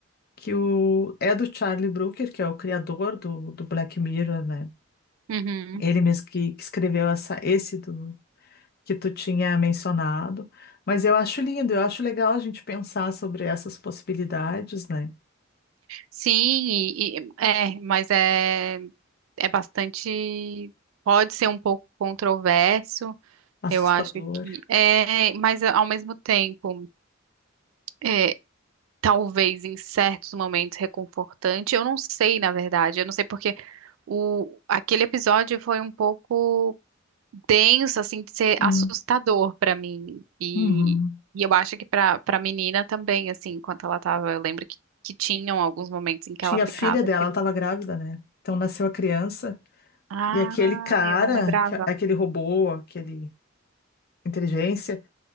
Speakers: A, on the left; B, on the right.
A: Que o, é do Charlie Brooker, que é o criador do, do Black Mirror, né?
B: Uhum.
A: Ele mesmo que, que escreveu essa, esse do que tu tinha mencionado. Mas eu acho lindo, eu acho legal a gente pensar sobre essas possibilidades, né?
B: Sim, e- e- é, mas é, é bastante, pode ser um pouco controverso,
A: Assustador.
B: eu acho que é, mas ao mesmo tempo, é, talvez em certos momentos reconfortante, eu não sei, na verdade, eu não sei porque o, aquele episódio foi um pouco denso, assim, de ser
A: Hum,
B: assustador para mim, e,
A: uhum.
B: e eu acho que para para menina também, assim, enquanto ela tava, eu lembro que que tinham alguns momentos em que
A: Tinha
B: ela ficava,
A: a filha dela,
B: tipo,
A: ela estava grávida, né? Então nasceu a criança.
B: Ah,
A: E aquele cara,
B: eu não lembrava.
A: que- é, aquele robô, aquele inteligência,